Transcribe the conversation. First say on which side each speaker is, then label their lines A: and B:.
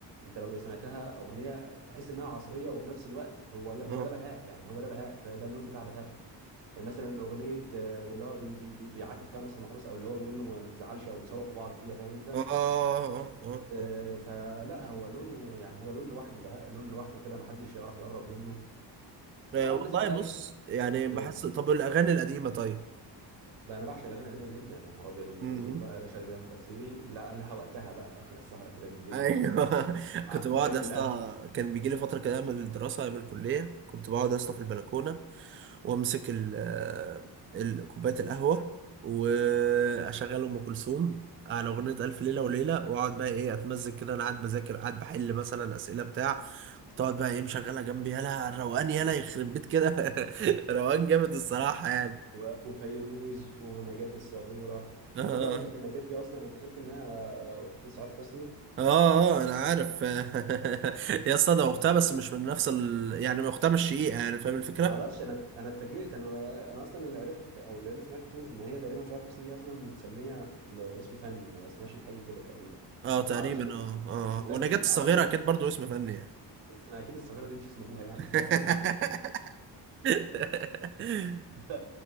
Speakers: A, on the right (about 80°); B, on the right (about 30°).
A: انت لو سمعتها اغنيه تحس انها عصريه وفي نفس الوقت هو هو
B: اه
A: ده بهاء يعني هو ده بهاء ده ده اللون بتاع بهاء يعني مثلا اغنيه آه، اللي هو بي بي بي بيعاتب فيها نصر محروس او اللي هو بيقول له ما ما تزعلش او بيصالحوا بعض فيها فاهم انت
B: اه اه اه
A: آه،
B: اه
A: فلا هو لونه يعني هو لون لوحده بهاء لون لوحده كده ما حدش يعرف يقرب منه وطبعا
B: آه، والله
A: الناس بقى
B: بص
A: ايه
B: يعني بحس
A: إيه؟
B: طب الاغاني القديمه طيب
A: بقى انا بعشق الاغاني القديمه جدا يا نهار ابيض ام
B: مم.
A: كلثوم بقى يا باشا ده- بس دي لا- لها وقتها بقى في اخر السهره كده بالليل
B: ايوه
A: مع نفسك
B: <laughs>
A: مع
B: كنت
A: كوبايه
B: بقعد يا اسطى
A: القهوه
B: كان بيجي لي فتره كده من الدراسه من الكليه كنت بقعد يا اسطى في البلكونه وامسك ال آه، ال- كوبايه القهوه واشغل ام كلثوم على اغنيه الف ليله وليله واقعد بقى ايه اتمزج كده انا قاعد بذاكر قاعد بحل مثلا اسئله بتاع تقعد بقى ايه مشغلها جنبي يالا الروقان يالا يخرب بيت كده <laughs> روقان جامد الصراحه يعني
A: و- وفيروز ونجاة الصغيره
B: اه اه
A: انت تعرف ان نجاة دي اصلا اكتشفت انها آه، اخت سعاد حسني
B: اه آه، آه، انا عارف <laughs> يا اسطى ده اختها بس مش من نفس ال... يعني اختها مش شقيقه يعني فاهم الفكره
A: ما اعرفش انا ات- انا اتفاجئت انا انا اصلا اللي عرفته ت- او اللي انا سمعته ان هي تقريبا شعر حسني دي اصلا متسميه باسم فني ما اسمهاش الحقيقي كده تقريبا
B: اه تقريبا
A: ما اعرفش ده-
B: اه
A: مش
B: اه
A: متاكد
B: ونجاة
A: من
B: الصغيره
A: المعلومه ب-
B: اكيد برضو اسم فني يعني
A: بس ما اكيد الصغيره دي مش اسم ابوها يعني <laughs>
B: <laughs> <laughs>
A: ف...